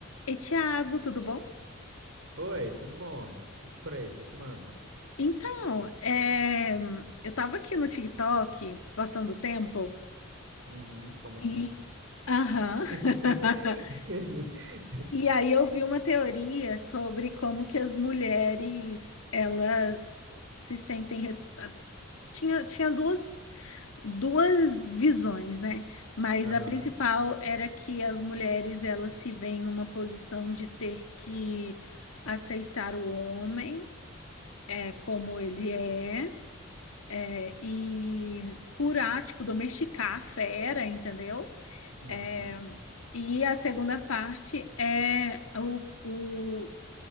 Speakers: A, on the left (about 80°); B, on the right (about 60°).
A: E Thiago, tudo bom?
B: Oi, tudo bom? E por aí, o que é que manda?
A: Então, é, eu tava aqui no TikTok, passando o tempo,
B: Uhum, como
A: e.
B: sempre.
A: Aham.
B: <laughs>
A: <laughs> E aí eu vi uma teoria sobre como que as mulheres, elas se sentem... res- Tinha, tinha duas, duas visões, né? Mas
B: Aham,
A: a principal era que as mulheres, elas se veem numa posição de ter que aceitar o homem, é, como ele é, é, e curar, tipo, domesticar a fera, entendeu?
B: uhum,
A: É, e a segunda parte é o, o